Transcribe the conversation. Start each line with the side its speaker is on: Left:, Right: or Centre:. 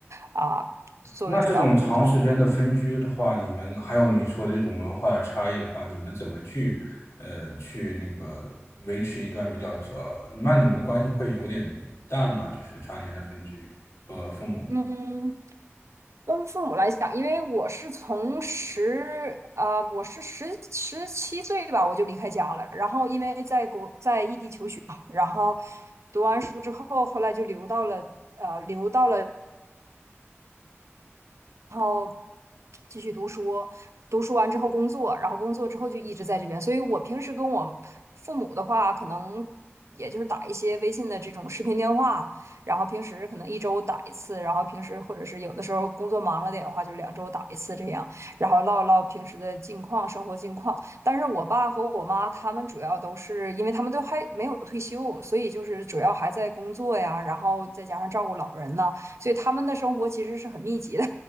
Right: 啊，作为主要的沟通。
Left: 那这种长时间的分居的话，你们还有你说的这种文化的差异的话，你们怎么去呃去那个维持一段比较呃，那你们的关系会有点淡吗？就是常年的分居和父母。
Right: 嗯，跟父母来讲，因为我是从十啊、我是十十七岁吧，我就离开家了。然后因为在国在异地求学嘛然后读完书之后，后来就留到了呃，留到了然后继续读书，读书完之后工作，然后工作之后就一直在这边。所以我平时跟我父母的话，可能也就是打一些微信的这种视频电话，然后平时可能一周打一次，然后平时或者是有的时候工作忙了点的话，就两周打一次这样，然后唠一唠平时的近况、生活近况。但是我爸和我妈他们主要都是因为他们都还没有退休，所以就是主要还在工作呀，然后再加上照顾老人呐，所以他们的生活其实是很密集的。